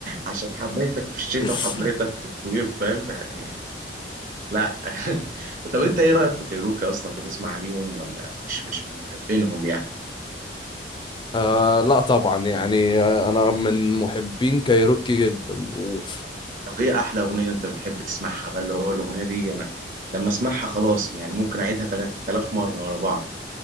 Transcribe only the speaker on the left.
<laughs>
آه لا طبعا يعني انا من محبين كايروكي جدا و...